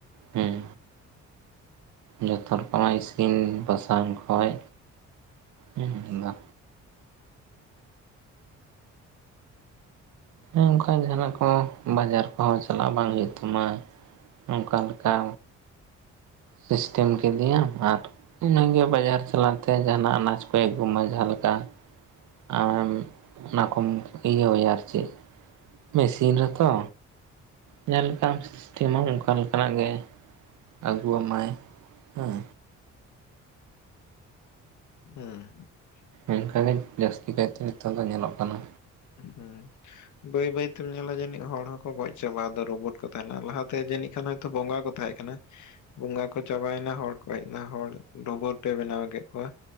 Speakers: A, on the right (about 75°); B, on the left (about 75°).
A: ᱦᱮᱸ ᱡᱚᱛᱚ ᱨᱚᱠᱚᱢᱟᱜ ᱤᱥᱤᱱ ᱵᱟᱥᱟᱝ ᱠᱷᱚᱡ ᱦᱩᱸ ᱫᱟ ᱩᱱᱠᱟᱱ ᱡᱟᱦᱟᱱᱟᱜ ᱠᱚ ᱵᱟᱡᱟᱨ ᱠᱚᱦᱚᱸ ᱪᱟᱞᱟᱜ ᱵᱟᱝ ᱦᱩᱭᱩᱜ ᱛᱟᱢᱟ ᱚᱱᱠᱟ ᱞᱮᱠᱟ ᱥᱤᱥᱴᱮᱢ ᱠᱮᱫᱮᱭᱟᱢ ᱟᱨ ᱤᱱᱟᱹᱜᱮ ᱵᱟᱡᱟᱨ ᱪᱟᱞᱟᱜ ᱛᱮ ᱡᱟᱦᱟᱱᱟᱜ ᱟᱱᱟᱡᱽ ᱠᱚᱭ ᱟᱹᱜᱩᱢᱟ ᱡᱟᱦᱟᱸ ᱞᱮᱠᱟ ᱟᱢ ᱚᱱᱟ ᱠᱚᱢ ᱤᱭᱟᱹᱣᱟᱭᱟ ᱟᱨ ᱪᱮᱫ ᱢᱮᱥᱤᱱ ᱨᱮᱛᱚ ᱡᱟᱦᱟᱸ ᱞᱮᱠᱟᱢ ᱥᱤᱥᱴᱮᱢᱟ ᱚᱱᱠᱟ ᱞᱮᱠᱟᱱᱟᱜ ᱜᱮ ᱟᱹᱜᱩᱣᱟᱢᱟᱭ ᱦᱮᱸ
B: ᱦᱩᱸ
A: ᱚᱱᱠᱟᱜᱮ ᱡᱟᱹᱥᱛᱤ ᱠᱟᱭᱛᱮ ᱱᱤᱛᱚᱜ ᱫᱚ ᱧᱮᱞᱚᱜ ᱠᱟᱱᱟ
B: ᱦᱩᱸ ᱵᱟᱹᱭ ᱵᱟᱹᱭ ᱛᱮᱢ ᱧᱮᱞᱟ ᱡᱟᱹᱱᱤᱡ ᱦᱚᱲ ᱦᱚᱸᱠᱚ ᱜᱚᱡ ᱪᱟᱵᱟᱼᱟ ᱟᱫᱚ ᱨᱳᱵᱩᱴ ᱠᱚ ᱛᱟᱦᱮᱱᱟ ᱞᱟᱦᱟᱛᱮ ᱡᱟᱹᱱᱤᱡ ᱠᱷᱟᱱ ᱵᱚᱸᱜᱟ ᱠᱚ ᱛᱟᱦᱮᱸ ᱠᱟᱱᱟ ᱵᱚᱸᱜᱟ ᱠᱚ ᱪᱟᱵᱟᱭᱮᱱᱟ ᱦᱚᱲ ᱠᱚ ᱦᱮᱡ ᱮᱱᱟ, ᱦᱚᱲ ᱨᱳᱵᱳᱴᱮ ᱵᱮᱱᱟᱣ ᱠᱮᱜ ᱠᱚᱣᱟ